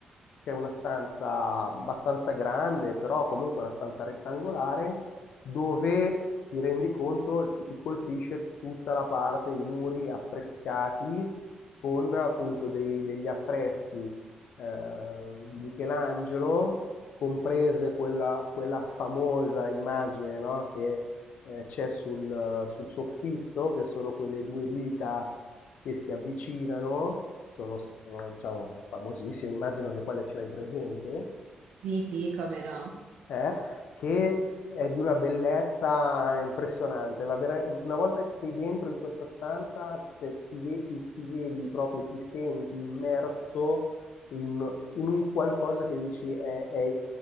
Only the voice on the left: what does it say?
che è una stanza abbastanza grande, però comunque una stanza rettangolare, dove ti rendi conto e ti colpisce tutta la parte, i muri affrescati con appunto dei- degli affreschi ehm, di Michelangelo, comprese quella, quella famosa immagine, no, che eh, c'è sul, sul soffitto, che sono quelle due dita che si avvicinano, sono, sono, diciamo, famosissime, immagino che quella ce l'hai presente
eh, che è di una bellezza impressionante. va bene? una volta che sei dentro in questa stanza, te- ti, ve- ti- ti vedi proprio, ti senti immerso in, in un qualcosa che dici, è, è-